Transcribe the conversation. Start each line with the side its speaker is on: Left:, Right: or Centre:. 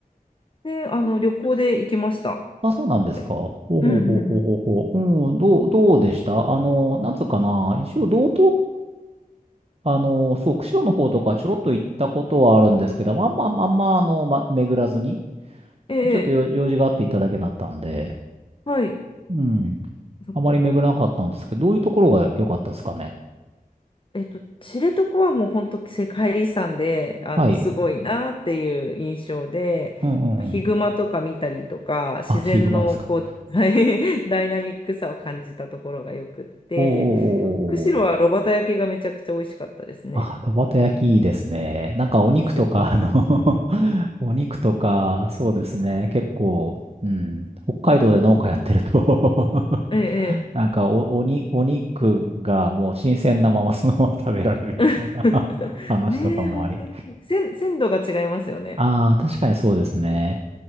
Left: で、あの、旅行で行きました。
Right: あ、そうなんですか。
Left: はい。
Right: ほうほうほうほうほうほう。
Left: うんうんうん。
Right: うん、どう、どうでしたあの、なんつうかな。一応、道あの、そう、釧路の方とかちょろっと行ったことはあるんですけど、まああんま、あんま、あんまあの、ま、巡らずに、
Left: ええ、
Right: ちょっと用用事があって行っただけだったんで、
Left: はい。
Right: うん。
Left: そっか。
Right: あまり巡らなかったんですけど、どういうところが良かったですかね。
Left: えっと、知床はもう本当世界遺産で、あの、
Right: はい。
Left: すごいなっていう印象で、
Right: うんうんうん。
Left: ヒグマとか見たりとか、自然のこう、
Right: あ、ヒグマですか。
Left: はい <laughs> ダイナミックさを感じたところがよくって、
Right: おーおー
Left: 釧路は炉端焼きがめちゃくちゃ美味しかったですね。
Right: おーおー。あ、炉端焼きいいですね。なんかお肉とか、
Left: ですよね。
Right: あの <laughs> お肉とか、そうですね。結構、うん。北海道で農家やってると <laughs>
Left: ええ、ええ。
Right: なんかお、おに、お肉がもう新鮮なままそのまま食べられるみたいな
Left: <laughs>
Right: <laughs> 話とかもあり。
Left: ねえ、本当に。鮮、鮮度が違いますよね。
Right: ああ、確かにそうですね。